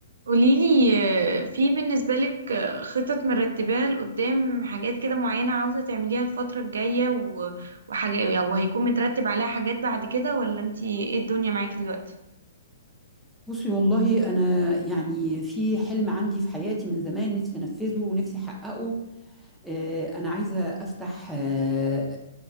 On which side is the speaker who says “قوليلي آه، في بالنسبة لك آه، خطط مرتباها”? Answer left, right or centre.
Right